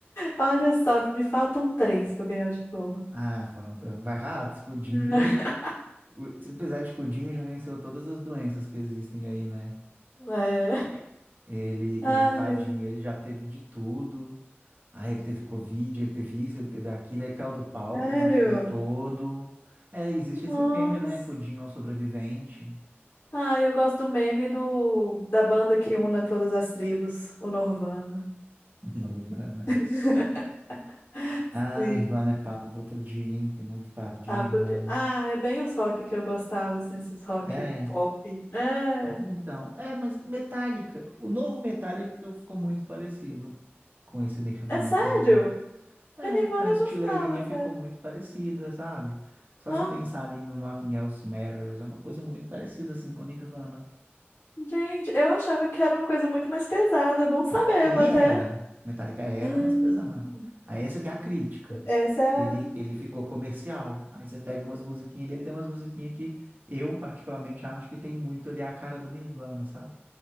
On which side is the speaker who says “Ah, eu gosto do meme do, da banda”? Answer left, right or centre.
Left